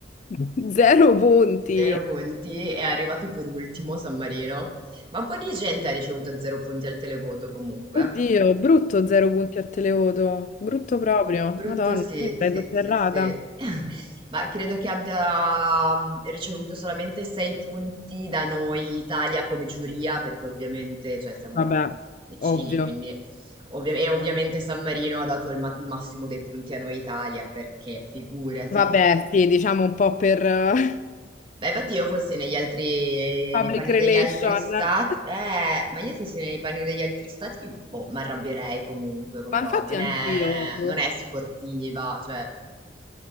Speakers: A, on the left (about 40°); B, on the right (about 30°).
A: <laughs> Zero punti!
B: Zero punti, è arrivato per ultimo San Marino, ma un po' di gente ha ricevuto zero punti al televoto comunque.
A: Oddio, brutto zero punti a Televoto, brutto proprio,
B: Brutto
A: Madonna,
B: sì,
A: io mi
B: sì,
A: sarei sotterrata.
B: sì, sì. <laughs> Ma credo che abbia mm, ricevuto solamente sei punti da noi Italia come giuria, perché ovviamente, cioè, siamo
A: Vabbè,
B: vicini,
A: ovvio.
B: quindi... ovvia- e ovviamente San Marino ha dato il, ma- il massimo dei punti a noi Italia, perché figurati.
A: Vabbè, sì, diciamo un po' per eh,
B: Beh, infatti io fossi negli altri,
A: <laughs> public
B: nei panni
A: relation.
B: degli altri stati,
A: Ma
B: eh, ma io fossi nei panni degli altri stati, boh, mi arrabbierei comunque come Ro,
A: infatti
B: non
A: anch'io,
B: è,
A: boh,
B: non è sportiva, cioè,